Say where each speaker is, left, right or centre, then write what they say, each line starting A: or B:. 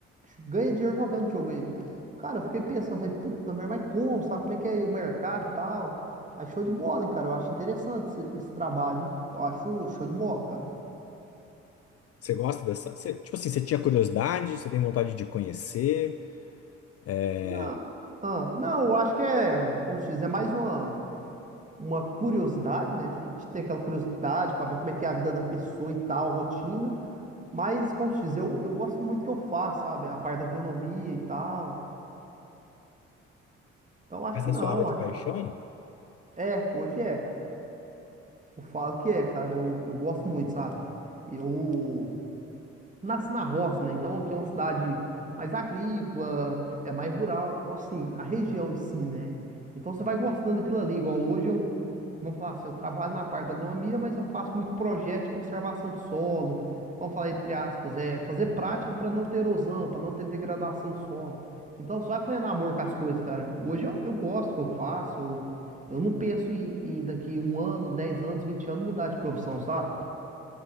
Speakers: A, on the right (about 20°); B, on the left (about 40°).
A: ganha dinheiro jogando videogame. Cara, eu fiquei pensando, falei, puta merda, mas como, sabe? Como é que é o mercado e tal? Mas show de bola, hein, cara? Eu acho interessante esse, esse trabalho, hein? Eu acho show de bola, cara.
B: Você gosta dessa? você- tipo assim, você tinha curiosidade, você tem vontade de conhecer, é,
A: Não, ah, não, eu acho que é, como se diz, é mais uma, uma curiosidade, né? A gente tem aquela curiosidade pra ver como é que é a vida da pessoa e tal, rotina. Mas, como se diz, eu, eu gosto muito que eu faço, sabe? A parte da agronomia e tal. Então, acho
B: mas
A: que
B: é
A: não,
B: sua área de
A: acho,
B: paixão?
A: é, hoje é. Eu falo que é, cara. Eu, eu gosto muito, sabe? Eu nasci na roça, né? Então aqui é uma cidade mais agrícola, é mais rural. Então, assim, a região em si, né? Então você vai gostando daquilo ali. Igual hoje eu Vamos falar assim, eu trabalho na parte da agronomia, mas eu faço muito projeto de conservação de solo. Vamos falar entre aspas, é fazer prática para não ter erosão, para não ter degradação do solo. Então você vai apanhando amor com as coisas, cara. Hoje eu, eu gosto do que eu faço, eu, eu não penso em, em daqui um ano, dez anos, vinte anos mudar de profissão, sabe?